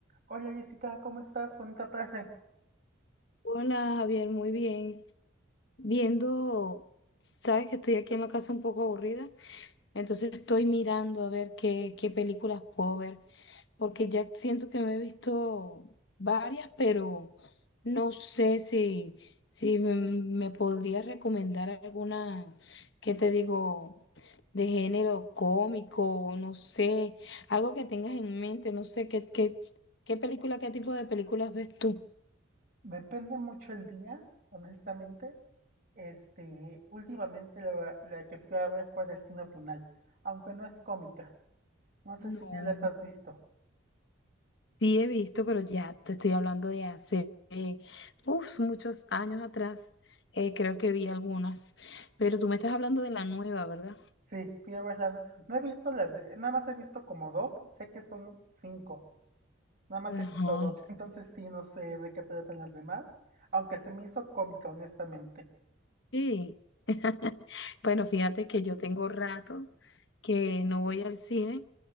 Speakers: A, on the right (about 45°); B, on the left (about 60°).
A: Hola Jessica, ¿cómo estás? Bonita tarde.
B: Hola Javier, muy bien. Viendo, sabes que estoy aquí en la casa un poco aburrida, entonces estoy mirando a ver qué, qué películas puedo ver, porque ya siento que me he visto varias, pero no sé si, si me, me podrías recomendar alguna, qué te digo, de género cómico, no sé, algo que tengas en mente, no sé, qué, qué, qué película, qué tipo de películas ves tú.
A: Depende mucho el día, honestamente. Este, últimamente la, la que fui a ver fue Destino Final, aunque no es cómica. No sé
B: No.
A: si ya las has visto.
B: Sí, he visto, pero ya te estoy hablando de hace eh, uf, muchos años atrás. Eh, creo que vi algunas, pero tú me estás hablando de la nueva, ¿verdad?
A: Sí, fui a verla. No no he visto las, de- nada más he visto como dos, sé que son cinco, nada más
B: Ajá,
A: he visto dos, <laughs> entonces sí, no sé de qué tratan las demás, aunque se me hizo cómica, honestamente.
B: sí. <laughs> Bueno, fíjate que yo tengo rato que no voy al cine